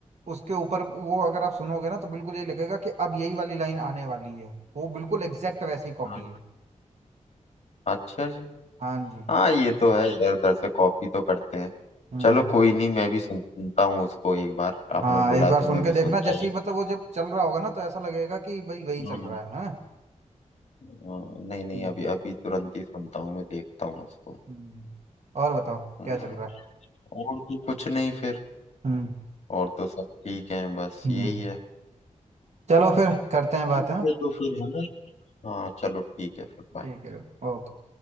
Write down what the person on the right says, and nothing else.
उसके ऊपर वो अगर आप सुनोगे ना तो बिल्कुल यही लगेगा कि अब यही वाली लाइन आने वाली है वो बिल्कुल एग्जैक्ट वैसी कॉपी
है
हाँ जी
हम्म
हाँ
एक
बार
सुन
के देखना
जैसे
ही मतलब वो जब चल रहा होगा ना तो ऐसा लगेगा कि भाई वही
चल रहा है हाँ
हम्म,
हम्म, और बताओ
क्या चल रहा है
हम्म,
हम्म।
चलो फिर करते हैं बात
है
ठीक है ओके